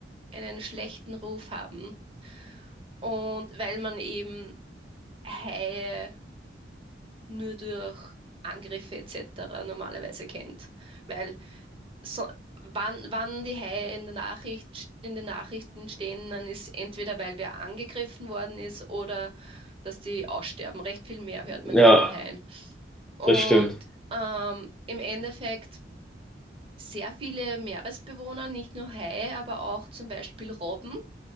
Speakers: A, on the right; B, in the centre.
A: einen schlechten Ruf haben. Und weil man eben Haie nur durch Angriffe etc. normalerweise kennt. Weil so, wann, wann die Haie in der Nachricht, in den Nachrichten stehen, dann ist entweder, weil wer angegriffen worden ist oder dass die aussterben. Recht viel mehr hört
B: Ja,
A: man nicht von Haien. Und
B: das stimmt.
A: ähm, im Endeffekt sehr viele Meeresbewohner, nicht nur Haie, aber auch zum Beispiel Robben.